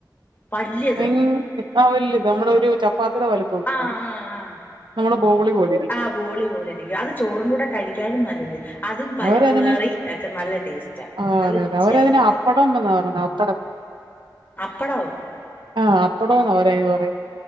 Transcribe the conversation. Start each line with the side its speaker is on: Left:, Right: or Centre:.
Left: വല്യത്
Right: അയ്ൻ ആ വല്യത് നമ്മടെ ഒരു ച പ്പാത്തിട വലുപ്പാണ്
Left: ആ ആ ആ
Right: നമ്മുടെ ബോളി പോലിരി
Left: ആ ബോളി പോലെരിക്ക്യും അത് ചോറിന്റെ കൂടെ കഴിക്ക്യാനും നല്ലത്. അതും പരിപ്പ്
Right: അവരതിനെ
Left: കറി എക്കെ നല്ല ടേസ്റ്റാ
Right: ആഹ്
Left: നല്ല
Right: അതെ
Left: രുചിയ
Right: അതെ അവരതിന്
Left: ത് പ
Right: അപ്പടം എന്നാ പറയുന്നെ അപ്പടം
Left: അപ്പടോ.
Right: ആഹ് അപ്പടോന്ന് അവരയ്ന് പറയ.